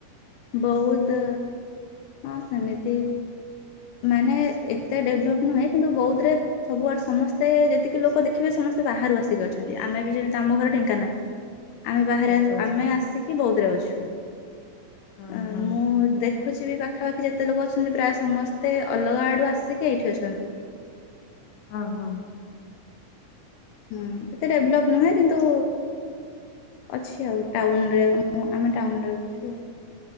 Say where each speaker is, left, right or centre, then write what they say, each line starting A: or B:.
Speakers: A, on the left; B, on the left.
A: ବୌଧ ହଁ ସେମିତି। ମାନେ ଏତେ ଡେଭଲପ୍ ନୁହେଁ କିନ୍ତୁ ବୌଧରେ ସବୁଆଡ଼େ ସମସ୍ତେ ଯେତିକି ଲୋକ ଦେଖିବେ ସମସ୍ତେ ବାହାରୁ ଆସିକି ଅଛନ୍ତି ଆମେ ବି ଯେମିତି ଆମ ଘର ଢେଙ୍କାନାଳ। ଆମେ ବାହାରେ
B: ଆଚ୍ଛା ଆଚ୍ଛା
A: ଆମେ ଆସିକି ବୌଧରେ ଅଛୁ।
B: ହଁ
A: ଅ
B: ହଁ
A: ମୁଁ ଦେଖୁ। ଦେଖୁଛିିବ ବି ପାଖାପାଖି ଯେତେ ଲୋକ ଅଛନ୍ତି ପ୍ରାୟ ସମସ୍ତେ ଅଲଗା ଆଡ଼ୁ ଆସିକି ଏଇଠି ଅଛନ୍ତି।
B: ହଁ ହଁ।
A: ହୁଁ ଏତେ ଡେଭଲପ ନୁହେଁ କିନ୍ତୁ। ଅଛି ଆଉ ଟାଉନରେ ଆମେ ଟାଉନରେ ରହୁଛୁ।